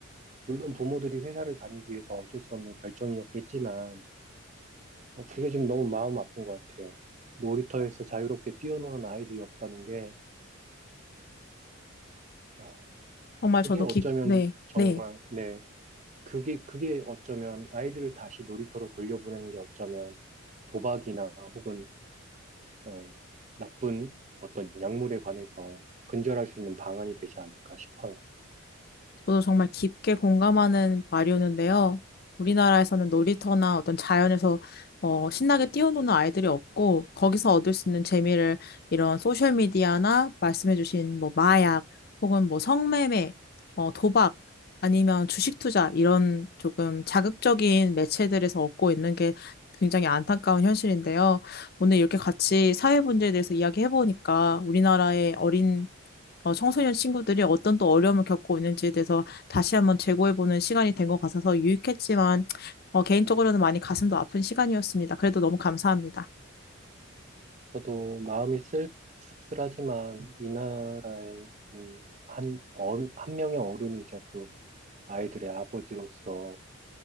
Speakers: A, on the right; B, on the left.
A: 물론 부모들이 회사를 다니기 위해서 어쩔 수 없는 결정이었겠지만, 어, 그게 좀 너무 마음 아픈 것 같아요. 놀이터에서 자유롭게 뛰어노는 아이들이 없다는 게, 아,
B: 정말
A: 그게
B: 저도
A: 어쩌면
B: 깊, 네,
A: 정말,
B: 네.
A: 네, 그게, 그게 어쩌면 아이들을 다시 놀이터로 돌려보내는 게 어쩌면 도박이나 혹은, 어, 나쁜 어떤 약물에 관해서 근절할 수 있는 방안이 되지 않을까 싶어요.
B: 저도 정말 깊게 공감하는 말이었는데요. 우리나라에서는 놀이터나 어떤 자연에서 어, 신나게 뛰어노는 아이들이 없고 거기서 얻을 수 있는 재미를 이런 소셜 미디어나 말씀해주신 뭐 마약 혹은 뭐 성매매, 어, 도박 아니면 주식 투자 이런 조금 자극적인 매체들에서 얻고 있는 게 굉장히 안타까운 현실인데요. 오늘 이렇게 같이 사회 문제에 대해서 이야기해보니까 우리나라의 어린 어, 청소년 친구들이 어떤 또 어려움을 겪고 있는지에 대해서 다시 한번 재고해보는 시간이 된 것 같아서 유익했지만, 어, 개인적으로는 많이 가슴도 아픈 시간이었습니다. 그래도 너무 감사합니다.
A: 저도 마음이 쓸, 씁쓸하지만 이 나라의 음, 한, 어른, 한 명의 어른이 이제 또 아이들의 아버지로서